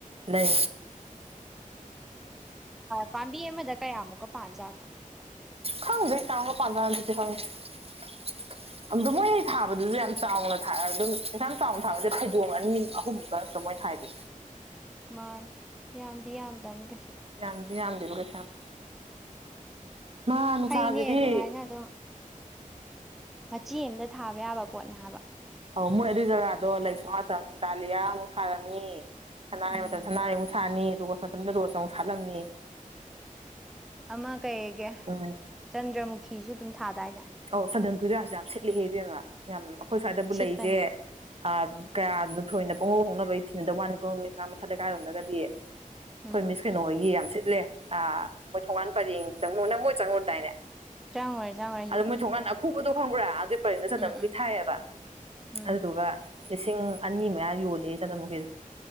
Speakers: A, on the right (about 45°); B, in the centre.
A: ꯂꯩ
B: ꯄꯥꯝꯕꯤ ꯑꯃꯗ ꯀꯌꯥꯃꯨꯛꯀ ꯄꯥꯖꯥꯠꯅꯣ
A: ꯈꯪꯗ ꯁꯥꯡꯒ ꯄꯗꯗꯤ <unintelligible>
B: <inaudible>
A: ꯑꯗꯣ ꯃꯣꯏ ꯊꯥꯕꯗꯨꯁꯨ ꯌꯥꯝ ꯆꯥꯎꯅ ꯊ ꯑꯗꯨꯝ ꯑꯦꯁꯥ ꯆꯥꯎꯅ ꯊꯥꯕꯁꯦ ꯐꯩꯗꯣꯛꯑ ꯑꯅꯤ ꯑꯍꯨꯝ ꯈ ꯃꯣꯏ ꯊꯥꯏꯗꯤ
B: ꯃꯥꯅꯤ ꯌꯥꯝꯗꯤ ꯌꯥꯝꯗꯕꯅꯤ ꯀꯩꯁꯨ
A: ꯌꯥꯝꯗꯤ ꯌꯥꯝꯗꯦꯂꯣ ꯀꯩꯁꯥ ꯌꯥꯝ ꯃꯥ ꯅꯨꯡꯁꯥꯁꯤꯗꯤ
B: ꯐꯩꯅꯦ ꯑꯗꯨꯃꯥꯏꯅ ꯑꯗꯨꯝ ꯃꯆꯤ ꯑꯃꯝꯗ ꯊꯥꯕ ꯌꯥꯕ ꯄꯣꯠꯅꯦ ꯍꯥꯏꯕ
A: ꯑꯣꯧ ꯃꯣꯏ ꯑꯗꯨꯏ ꯖꯒꯥꯗꯣ ꯂꯩꯁꯨ ꯉꯥꯛꯇ ꯗꯥꯂꯤꯌꯥꯃꯨꯛ ꯊꯥꯔꯝꯅꯤ ꯁꯅꯥꯔꯤ
B: ꯎꯝ
A: ꯃꯇꯝꯗ ꯁꯅꯥꯔꯩ ꯑꯃꯨꯛ ꯁꯥꯔꯅꯤ ꯔꯣꯁ ꯃꯇꯝꯗ ꯔꯣꯁ ꯑꯃꯨꯛ ꯁꯥꯠꯂꯝꯅꯤ
B: ꯑꯃ ꯀꯩꯒꯤꯦ
A: ꯎꯝ
B: ꯆꯟꯗ꯭ꯔꯃꯨꯈꯤꯁꯨ ꯑꯗꯨꯝ ꯊꯥꯗꯥꯏꯅꯦ
A: ꯑꯧ ꯆꯟꯗ꯭ꯔ ꯀꯨꯏꯗꯔꯥꯁꯨ ꯌꯥꯝ ꯁꯤꯠꯂꯤꯑꯦꯕꯦꯝꯃ ꯌꯥꯝ ꯑꯩꯈꯣꯏ ꯁ꯭ꯋꯥꯏꯗꯕꯨ
B: ꯁꯤꯠꯄꯅꯦ
A: ꯂꯩꯁꯦ ꯑ ꯀꯌꯥꯅꯣ ꯊꯣꯏꯅ ꯄꯣꯡꯍꯧ ꯍꯧꯣꯡꯅꯕꯒꯤ ꯊꯤꯅꯗꯕ ꯋꯥꯅꯤ ꯀꯣ ꯅꯨꯃꯤꯁꯅꯥ ꯃꯊꯠ ꯂꯩꯀꯥꯏꯔꯣꯝꯗꯒꯗꯤ ꯑꯩꯈꯣꯏ
B: ꯎꯝ
A: ꯃꯤꯁ ꯀꯩꯅꯣꯈꯣꯏꯒꯤ ꯌꯥꯝ ꯁꯤꯠꯂꯦ ꯑ ꯃꯣꯏ ꯊꯣꯡꯒꯥꯟ ꯄꯔꯦꯡ ꯆꯪꯉꯨ ꯅꯪ ꯃꯣꯏ ꯆꯪꯉꯨꯔꯗꯥꯏꯅꯦ
B: ꯆꯪꯡꯉꯨꯔꯦ ꯆꯪꯡꯉꯨꯔꯦ
A: ꯑꯗꯨꯗ ꯃꯣꯏ ꯊꯣꯡꯀꯥꯟ ꯑꯈꯨꯕꯗꯣ ꯈꯪꯕ꯭ꯔꯥ ꯑꯗꯨꯒꯤ ꯄꯔꯤꯡꯗ ꯆꯠꯅꯃꯨꯛꯤ
B: ꯎꯝ ꯎꯝ
A: ꯊꯥꯏꯑꯦꯕ
B: ꯎꯝ
A: ꯑꯗꯨꯗꯨꯒ ꯂꯤꯁꯤꯡ ꯑꯅꯤ ꯃꯌꯥ ꯌꯣꯜꯂꯦ ꯆꯅ ꯃꯨꯛꯀꯤꯗꯣ